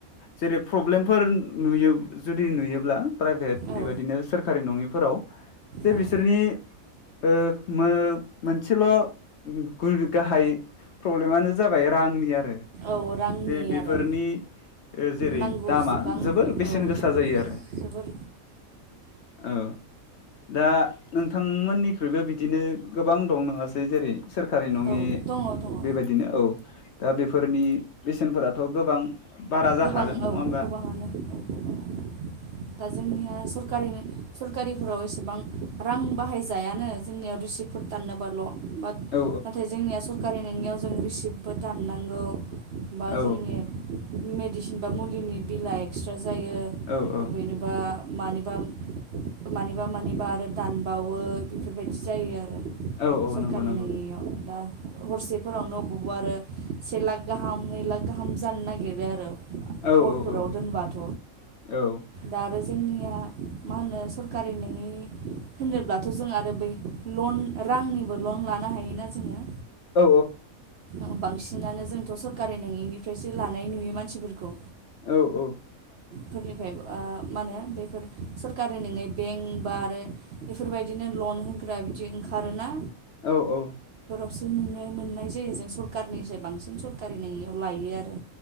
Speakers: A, on the left; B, on the right.
A: जेरै प्रब्लेमफोर नुयो जुदि नुयोब्ला प्राइभेट
B: औ
A: बेबादिनो सोरकारि नङिफोराव जे
B: औ
A: बिसोरनि ओ मो मोनसेल गु-गाहाय प्रब्लेमानो जाबाय रांनि आरो
B: औ रांनि
A: जे बेफोरनि
B: आरो
A: जेरै
B: नांगौसेबां
A: दामा जोबोर बेसेन
B: औ
A: गोसा जायो आरो
B: जोबोर
A: ओ दा नोंथांमोननिख्रुइबो बिदिनो गोबां दं नङासै जेरै सोरकारि न नङि
B: औ दङ औ दङ
A: बेबायदिनो औ दा बेफोरनि बेसेनफोराथ गोबां बारा जाखागोन
B: गोबां औ
A: नङा होमबा
B: गोबाङानो औ गोबाङानो दा जोंनिया सरकारिनो सरकारिफोराव एसेबां रां बाहायजायानो जोंनियाव रिसिभफोर दाननोबाल' बाथ
A: औ
B: नाथाय जोंनिया सरकारि नोङियाव जों रिसिभबो दाननांगौ। बा
A: औ
B: जोंनि मेडिसिन बा मुलिनि बिला एक्सट्रा जायो
A: औ औ
B: अबेनिबा मानिबा मानिबा मानिबा आरो दानबावो बेफोरबायदि जायो आ
A: औ औ
B: सरकारि
A: नंगौ नंगौ
B: नोङियाव दा हरसेफोरावनो अबावबा आरो से लाख गाहाम नै लाख गाहाम जानो नागिरो आरो
A: औ
B: हरफोराव
A: औ औ
B: दोनबाथ
A: औ
B: दा आरो जोंनिया मा होनो सरकारि नोङि होनोब्लाथ जों आरो बै लन रांनिबो लन लानो हायोना जोङो
A: औ
B: ओ बांसिनानो जोंथ सरकारि नोङिनिफ्रायसो लानाय नुयो मानसिफोरखौ
A: औ औ
B: फोरनिफ्राय आं मा होनो बेफोर सरकारि नोङै बेंक बा आरो बेफोरबायदिनो ल अनो होग्रा बिदि ओंखारोना
A: औ औ
B: सो नुनो मोननाय जायो जों सरकारनिसाय बांसिन सरकारि नङियाव लायो आरो।